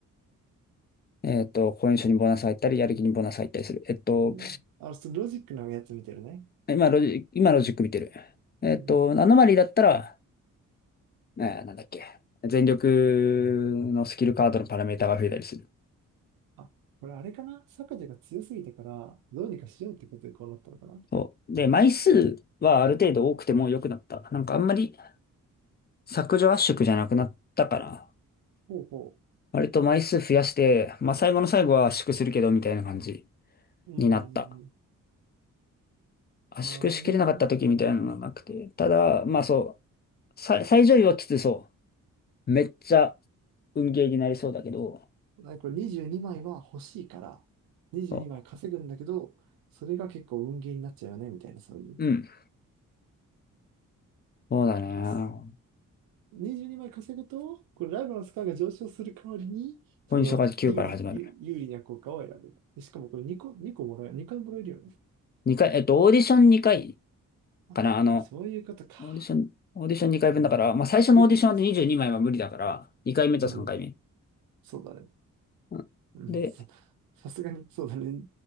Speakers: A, on the left; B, on the right.
A: えっと、好印象にボーナス入ったり、やる気にボーナス入ったりする。えっと、
B: うん。あの、ちょっとロジックのやつ見てるね。
A: 今ロジ、今の塾見てる。えっと、
B: うん。
A: アノマリーだったら、えーなんだっけ。全力のスキルカードのパラメータが増えたりする。
B: あ、これあれかな坂地が強すぎたから、どうにかしようってことでこうなったのかな
A: そう。で、枚数はある程度多くても良くなった。なんかあんまり、削除圧縮じゃなくなったかな。
B: ほうほ
A: 割と枚数増やして、まあ最後の最後は圧縮するけどみたいな感じ
B: う。うん。
A: になった。圧縮しきれなかった時みたいなのがなくて。
B: なるほ
A: ただ、まあそう、最、最上位はきつそう。めっちゃ運ゲーになりそうだけど、
B: ど。あこれ22枚は欲しいから、22枚稼ぐんだけど、
A: そ
B: それが結構運ゲーになっちゃうよね、みたいな、そういう。
A: う。うん。そうだね。
B: ます。22枚稼ぐと、これライバルのスコアが上昇する代わりに、その有利、
A: ポイントが9から始まる。
B: 有有利な効果を得られる。でしかもこれ2個、2個もらえ、2回もらえるよね。
A: 2回、えっと、オーディション2回
B: あ、
A: かな。あの、
B: そういうことか。
A: オーディション、オーディション2回分だから、まあ最初のオーディションで22枚は無理だから、
B: プラで
A: 2回目と3回目。
B: うん、そうだね。
A: う
B: うん、
A: んで、
B: <laughs> ささすがに、そうだね。